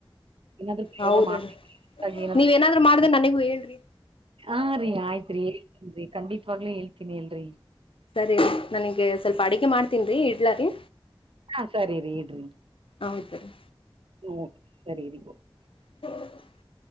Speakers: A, on the right; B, on the left.
A: ಇನ್ನದುೋಗ
B: ಹೌದ
A: ಮಾಡ
B: ರೀ
A: ಜೀನ.
B: ನೀವೇನಾದ್ರು ಮಾಡ್ದೆ ನನಗೂ ಹೇಳ್ರಿ
A: ಹಾ ರರಿೀ ಆಯ್ತ್ರಿ ಹೇಳ್ತೀನ್ ಖಂಡಿತವಾಗ್ಲೇ ಹೇಳ್ತೀನಿ ಅಲ್ರರಿ.
B: ಸರಿ ನನಗೆ ಸ್ವಲ್ಪ ಅಡಗೆ ಮಾಡ್ತೀನ್ ರೀ ಇಡ್ಲಾರಿ
A: ಹಾ ಸರಿ ರೀ ಇಡ್ರಿ
B: ಹೌದ ರೀ
A: ಹ್ಮ ಸರಿ ರಿ
B: <unintelligible>